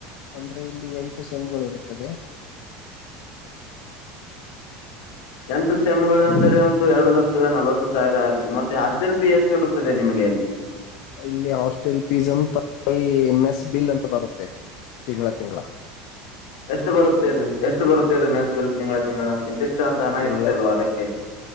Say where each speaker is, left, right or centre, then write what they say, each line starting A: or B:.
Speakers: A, on the left (about 65°); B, on the left (about 85°).
A: ಅಂದ್ರೆ ಇಲ್ಲಿ ಎಂಟು ಸೆಮ್ಗಳು ಇರುತ್ತವೆ.
B: ಎಂಟು ಸೆಮ್ಗಳ ಅಂದರೆ ಒಂದು ಎರಡು ಲಕ್ಷದ ನಲವತ್ತು ಸಾವಿರ ಆಯ್ತು ಮತ್ತೆ ಹಾಸ್ಟೆಲ್ ಫೀ ಎಷ್ಟು ಇರುತ್ತದೆ ನಿಮಗೆ ಅಲ್ಲಿ.
A: ಇಲ್ಲಿ ಹಾಸ್ಟೆಲ್ ಫೀಸ್ ಅಂತ ಮೆಸ್ ಬಿಲ್ ಅಂತ ಬರುತ್ತೆ ತಿಂಗಳ ತಿಂಗಳ.
B: ಎಷ್ಟ ಬರುತ್ತೆ ಅದು ಎಷ್ಟ ಬರುತ್ತೆ ಅದು ಮೆಸ್ಸ್ ಬಿಲ್ಲ್ ತಿಂಗಳ ತಿಂಗಳ. ಇಷ್ಟ ಅಂತ ಅನ್ ಹಾ
A: ತಿಂಗಳ
B: ಇರುತ್ತೆ ಅಲ್ವಾ ಅದಕ್ಕೆ.